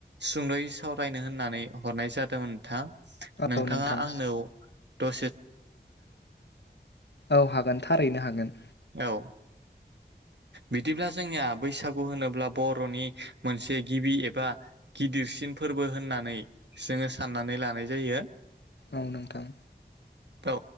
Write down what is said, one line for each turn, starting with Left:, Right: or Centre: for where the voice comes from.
Right: सुंदयै सावरायनो होननानै हरनाय जादोंमोन नोंथां। नोंथाङा
Left: औ नोंथां
Right: आंनाव दत
Left: औ हागोन थारैनो हागोन।
Right: औ बिदिब्ला जोंनिया बैसागु होनोब्ला बर'नि मोनसे गिबि एबा गिदिरसिन फोरबो होननानै जोङो साननानै लानाय जायो
Left: औ नोंथां
Right: औ